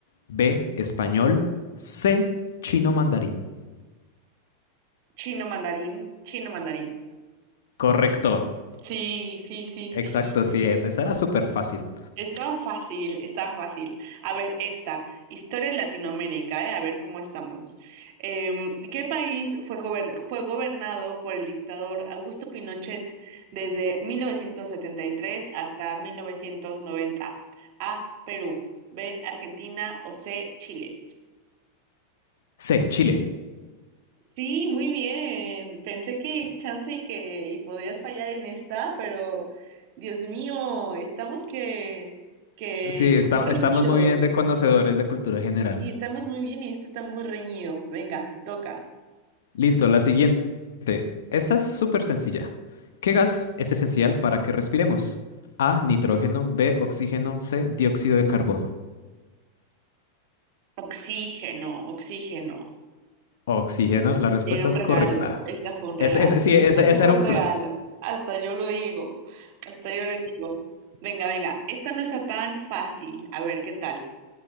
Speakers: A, on the left; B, on the right.
A: B, español, C, chino mandarín.
B: chino mandarín, chino mandarín.
A: Correcto.
B: Sí, sí, sí,
A: Exacto,
B: sí.
A: sí es. Esa era súper fácil.
B: Estaba fácil, estaba fácil. A ver, esta, historia de Latinoamérica, ¿eh? A ver cómo estamos. Em, ¿qué país fue, gober- fue gobernado por el dictador Augusto Pinochet desde 1973 hasta 1990? A, Perú, B, Argentina o C, Chile.
A: C, Chile.
B: Sí, muy bien. Pensé que
A: S-
B: chance y que y podrías fallar en esta, pero Dios mío, estamos que que
A: Sí, esta-
B: muy
A: estamos
B: reñido.
A: muy bien de conocedores de cultura general.
B: Sí, estamos muy bien y esto está muy reñido. Venga, te toca.
A: Listo, la siguiente. Esta es súper sencilla. ¿Qué gas es esencial para que respiremos? A, nitrógeno, B, oxígeno, C, dióxido de carbono.
B: Oxígeno, oxígeno.
A: Oxígeno, la respuesta
B: Era un
A: es
B: regalo.
A: correcta.
B: Este fue un
A: Es,
B: regalo.
A: es- sí, es-
B: Eso
A: ese
B: fue
A: era un
B: un regalo.
A: plus.
B: Hasta yo lo digo. Hasta yo lo digo. Venga, venga. Esta no está tan fácil. A ver, ¿qué tal?